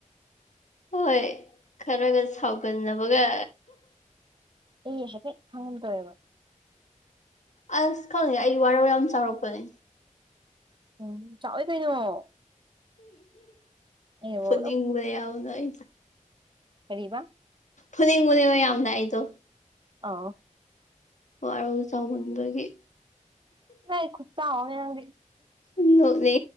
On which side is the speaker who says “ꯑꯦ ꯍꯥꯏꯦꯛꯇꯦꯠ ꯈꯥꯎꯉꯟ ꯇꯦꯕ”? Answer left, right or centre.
Right